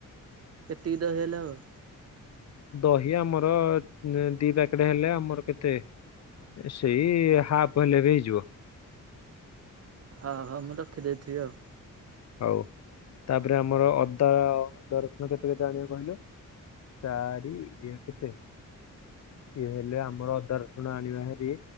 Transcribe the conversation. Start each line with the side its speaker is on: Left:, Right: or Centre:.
Right: କେତିକି ଦହି ହେଲେ ହବ?
Left: ଦହି ଆମର ଦି ପ୍ୟାକେଟ ହେଲେ ଆମର କେତେ ସେଇ ହାପ୍ ହେଲେ ରେ ହେଇଯିବ।
Right: ହଁ ହଁ ମୁଁ ରଖିଦେଇଥିବି ଆଉ।
Left: ହଉ ତାପରେ ଆମର ଅଦା ଅଦା ରସୁଣ କେତେ କେତେ ଆଣିବା କହିଲୁ? ଚାରି ଇଏ କେତେ? ଇଏ ହେଲେ ଆମର ଅଦା ରସୁଣ ଆଣିବା ହେରି